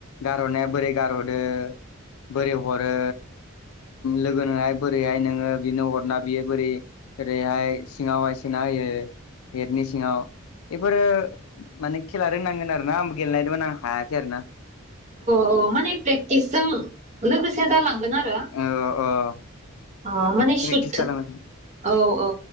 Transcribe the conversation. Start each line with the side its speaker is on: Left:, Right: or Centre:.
Left: गारहरनाया बोरै, गारहदो बोरै हरो। लोगो नोहाय बोरैहाय नोङो बिनो हरना बियो बोरै ओरैहाय सिङाव <unintelligible> नायो नेटनि सिङाव बेफोरो माने खेला रोंनांगोन आरो ना आंबो गेलेनायदोंमोन आं हायाखै आरोना।
Right: अ माने प्रेक्टिसजों लोगोसे जालांगोन आरो
Left: अ
Right: अ माने
Left: प्रेक्टिस
Right: सुध।
Left: खालाम
Right: औ औ।